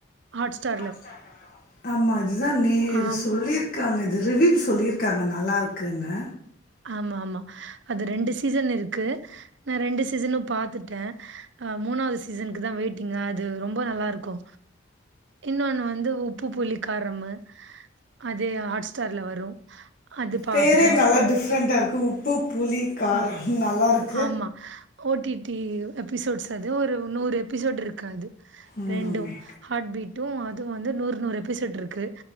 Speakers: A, on the right (about 65°); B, on the left (about 45°).
A: ஹாட் ஸ்டா
B: ஹாட்ஸ்டார் ல வரு ஆமா அதுதா நேர்
A: ஆம்.
B: சொல்லிரு க்காங்க இது ரிவ்யூ சொல்லியிருக்காங்க நல்லாருக்குன்னு
A: ஆமா ஆமா அது ரெண்டு சீசன் இருக்கு நா ரெண்டு சீசனு பாத்துட்டே அ மூணாவது சீசனுக்கு தா வெயிட்டிங் அது ரொம்ப நல்லா இருக்கு இன்னொன்னு வந்து உப்பு புளி காரமு அது ஹாட் ஸ்டார்ல வரு அது பாப்பே
B: பேரே நல்லா டிஃப்ரெண்ட்டா உப்பு புளி காரோ நல்லா இருக்கு
A: ஆமா ஓ டி டி எபிசோட்ஸ் அது ஒரு நூறு எபிசோட் இருக்கு அது
B: ம்
A: ரெண்டும் ஹாட் பீட்டு அதுவு வந்து நூறு நூறு எபிசேட் இருக்கு